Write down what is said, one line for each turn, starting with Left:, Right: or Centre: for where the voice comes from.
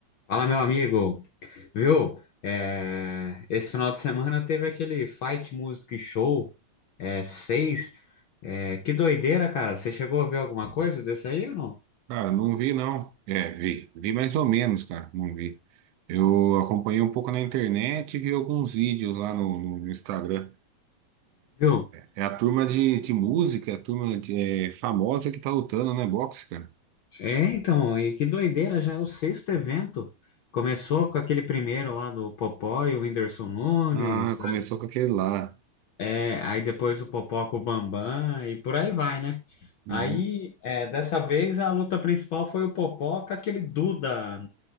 Left: Fala, meu amigo. Viu? É, esse final de semana teve aquele Fight Music Show é, 6. É, que doideira, cara. Você chegou a ver alguma coisa desse aí ou não?
Right: Cara, não vi não. É, vi. Vi mais ou menos, cara. Não vi. Eu acompanhei um pouco na internet e vi alguns vídeos lá no, no- no Instagram.
Left: Viu?
Right: É a turma de, de música, é a turma de, é, famosa que tá lutando, né? Boxe, cara.
Left: É, então, e que doideira, já é o sexto evento. Começou com aquele primeiro lá do Popó e o Whindersson Nunes.
Right: Ah, começou com aquele lá.
Left: É, aí depois o Popó com o Bambam e por aí vai, né?
Right: Uhum.
Left: Aí, é, dessa vez, a luta principal foi o Popó com aquele Duda